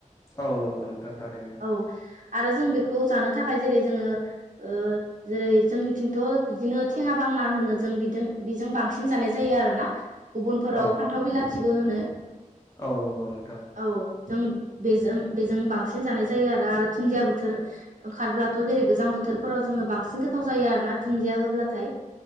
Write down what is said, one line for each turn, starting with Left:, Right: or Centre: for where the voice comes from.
Left: औ नंगौ नोंथां थारैनो
Right: औ आरो जों बेखौ जानो थाखाय जेरै जोङो ओ जेरै जोंनिथिंथ' बिदिनो थेङा बांना होनो जों बिजों बिजों बांसिन जानाय जायो आरो ना गुबुनफोराव
Left: औ
Right: फान्थाव बिलाथिबो होनो
Left: औ नंगौ नोंथां
Right: औ जों बेजों बेजों बांसिन जानाय जायो आरो आरो दुुनदियाबो बोथोर ओंखारब्लाथ' जेरै गोजां बोथोरफोराव जोङो बांसिन गोथाव जायो आरो ना दुन्दिया होब्लाथाय